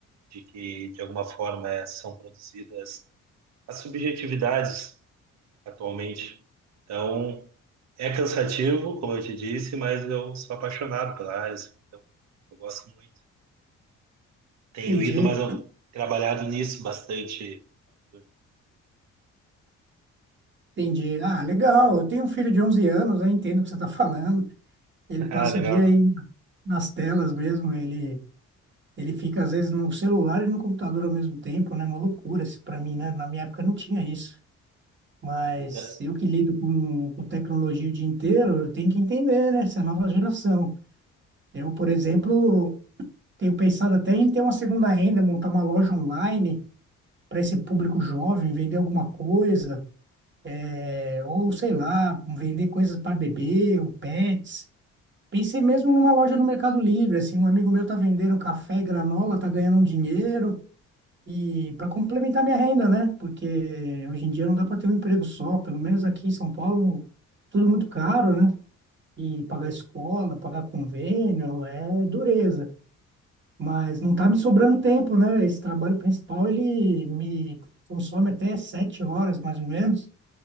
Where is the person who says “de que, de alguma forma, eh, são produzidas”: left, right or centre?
Right